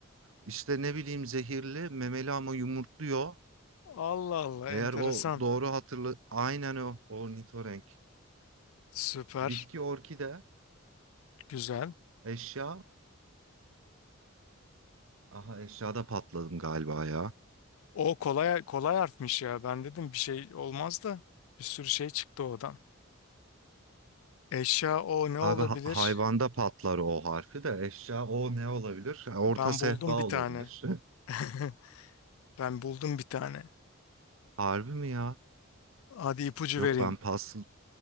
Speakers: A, on the right (about 70°); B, on the left (about 80°).
A: İşte ne bileyim zehirli memeli ama yumurtluyor.
B: Allah Allah.
A: Eğer
B: Enteresan.
A: o doğru hatırlı aynen o ornitorenk.
B: Süper.
A: Bitki orkide
B: Güzel.
A: eşya. Aha eşyada patladım galiba ya.
B: O kolay kolay harfmiş ya. Ben dedim bir şey olmaz da bir sürü şey çıktı oradan. Eşya o ne olabilir?
A: Abi ha- hayvanda patlar o harfi de eşya o ne olabilir? Orta
B: Ben
A: sehpa
B: buldum
A: olabilir.
B: bir tane. <laughs> Ben buldum bir tane.
A: <laughs> Harbi mi ya?
B: Hadi ipucu
A: Yok
B: vereyim.
A: ben pas.